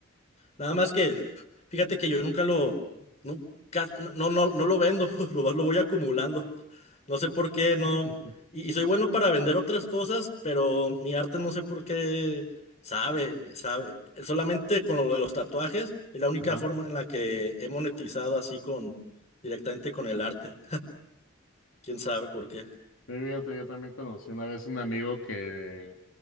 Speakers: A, on the left (about 35°); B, on the left (about 75°).
A: Nada más que, fíjate que yo nunca lo, nunca- no, no, no lo vendo, <laughs> lo, lo voy acumulando. No sé por qué, no.
B: ujú. <laughs>
A: Y, y soy bueno para vender otras cosas, pero mi arte no sé por qué sabe, sabe. Solamente con lo de los tatuajes es la única
B: Ajá.
A: forma en la que he monetizado así con, directamente con el arte. ¿Quién sabe por qué? <laughs>
B: Sí, fíjate, yo también conocí una vez un amigo que,